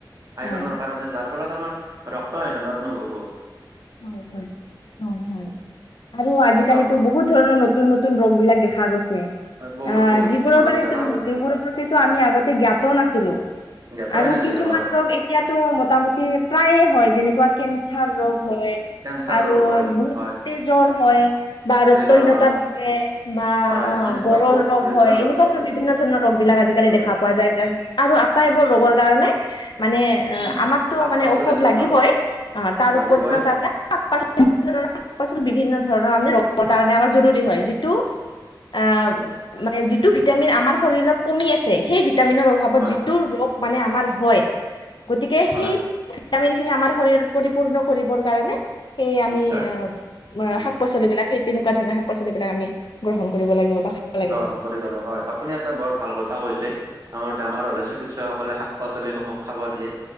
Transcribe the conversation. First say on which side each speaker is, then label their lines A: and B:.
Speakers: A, on the right; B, on the left.
A: আইৰনৰ
B: হয়।
A: কাৰণে, যাৰ ফলত আমাৰ ৰক্তহীনতাত নোভোগো।
B: হয়, হয়। হয়, হয়। আৰু
A: তেনেকুৱাকৈ
B: আজিকালিতো বহুত ধৰণৰ নতুন, নতুন ৰোগ বিলাক দেখা গৈছে।
A: বহুত
B: অ',
A: বহুত
B: যিবোৰৰ
A: ৰোগ
B: মানে
A: দেখা
B: যিবোৰৰ
A: গৈছে
B: প্ৰতিটো আমি আগতে জ্ঞাতও নাছিলো।
A: জ্ঞাতই
B: আৰু
A: নাছিলো
B: কিছুমান
A: হয়
B: ৰোগ এতিয়াটো মোটামুটি প্ৰায়ে হয়, যেনেকুৱা কেঞ্চাৰ ৰোগ। হয়,
A: কেঞ্চাৰ
B: আৰু
A: ৰোগ হয়
B: বহুতে
A: হয়
B: জ্বৰ হয় বা ৰক্তহীনতাত
A: তেজৰ হয়
B: ভোগে। বা
A: হয়
B: অ',
A: এনেকুৱা
B: গৰল
A: বহুত
B: ৰোগ
A: বিভিন্ন
B: হয়, এনেকুৱা ধৰণৰ
A: বেমাৰ
B: বিভিন্ন ধৰণৰ ৰোগ বিলাক আজিকালি
A: অ
B: দেখা পোৱা যায়, আৰু আটাইবোৰ ৰোগৰ কাৰণে মানে অ',
A: উম
B: আমাকতো
A: শাক
B: মানে
A: পাচলিতো
B: ঔষধ লাগিবই,
A: ভাল
B: তাৰ
A: লাগিবই
B: উপৰিও তাৰমানে শাক-পাচলি বিভিন্ন ধৰণৰ শাক-পাচলি বিভিন্ন ধৰণৰ আমাৰ ৰোগৰ বাবে জৰুৰী হয়, যিটো আহ
A: হয়
B: মানে যিটো ভিটামিন আমাৰ শৰীৰত কমি আছে, সেই ভিটামিনৰ অভাৱত
A: হয়
B: যিটো ৰোগ মানে আমাৰ হয়, গতিকে সেই
A: হয়
B: ভিটামিন খিনি আমাৰ শৰীৰত পৰিপূৰ্ণ কৰিবৰ কাৰণে, সেই আমি
A: নিশ্চয়
B: আহ
A: উম
B: শাক-পাচলি বিলাক সেই তেনেকুৱা ধৰণৰ শাক-পাচলিব বিলাক আমি গ্ৰহণ কৰিব লাগিব বা খাব লাগিব।
A: গ্ৰহণ কৰিবলে হয় আপুনি এটা বৰ ভাল কথা কৈছে আমাৰ বেমাৰ হলে চিকিৎসকসকলে শাক পাচলিসমূহ খাব দিয়ে